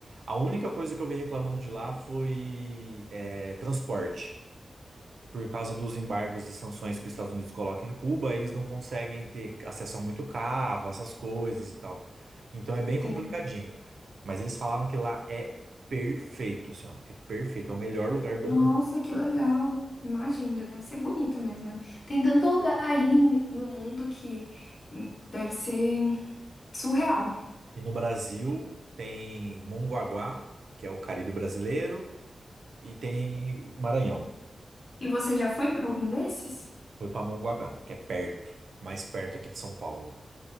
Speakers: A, on the right; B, on the left.
A: A única coisa que eu vi reclamando de lá foi é, transporte por causa dos embargos e sanções que os Estados Unidos colocam em Cuba, eles não conseguem ter acesso a muito carro, essas coisas e tal. Então é bem complicadinho.
B: Sim.
A: Mas eles falaram que lá é perfeito, assim, ó, é perfeito, é o melhor lugar do
B: Nossa,
A: mundo.
B: que legal. Imagina, deve ser bonito mesmo, né? Tem tanto lugar aí no mundo que deve ser surreal.
A: E no Brasil tem Mongaguá, que é o Caribe brasileiro, e tem Maranhão.
B: E você já foi para algum desses?
A: Foi para Mongaguá, que é perto, mais perto aqui de São Paulo.